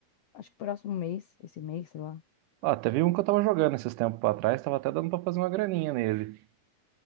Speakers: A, on the left (about 55°); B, on the right (about 80°).
A: acho que próximo mês, esse mês, sei lá.
B: Ah, teve um que eu tava jogando esses tempos pra trás, tava até dando pra fazer uma graninha nele.